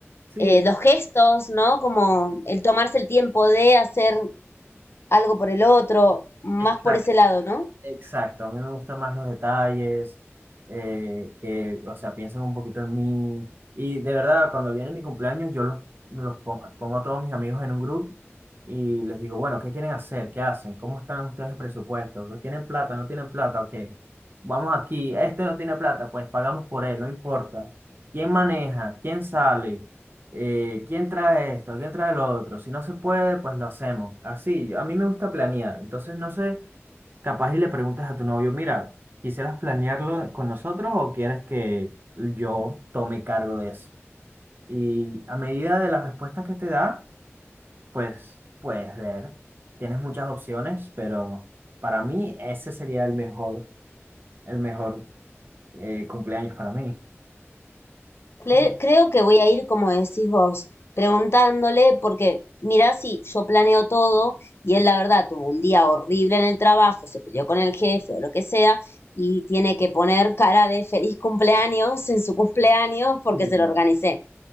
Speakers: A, on the right (about 45°); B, on the left (about 55°).
A: sí,
B: eh, los gestos, ¿no? Como el tomarse el tiempo de hacer algo por el otro, más
A: exacto.
B: por ese lado, ¿no?
A: Exacto, a mí me gustan más los detalles, eh, que, o sea, piensen un poquito en mí. Y de verdad, cuando viene mi cumpleaños, yo los, los pon- pongo a todos mis amigos en un grupo y les digo, bueno, ¿qué quieren hacer? ¿Qué hacen? ¿Cómo están ustedes de presupuesto? ¿No ¿Tienen plata? ¿No tienen plata? Ok, vamos aquí. Este no tiene plata, pues pagamos por él, no importa. ¿Quién maneja? ¿Quién sale? Eh, ¿quién trae esto? ¿Quién trae lo otro? Si no se puede, pues lo hacemos. Así, yo- a mí me gusta planear, entonces no sé. Capaz y le preguntas a tu novio, mira, ¿quisieras planearlo con nosotros o quieres que yo tome cargo de eso? Y a medida de las respuestas que te da, pues puedes ver. Tienes muchas opciones, pero para mí ese sería el mejor, el mejor eh, cumpleaños para mí.
B: Cle-
A: Y-
B: creo que voy a ir, como decís vos, preguntándole, porque mirá si yo planeo todo y él la verdad tuvo un día horrible en el trabajo, se peleó con el jefe o lo que sea, y tiene que poner cara de feliz cumpleaños en su cumpleaños porque
A: y-
B: se lo organicé.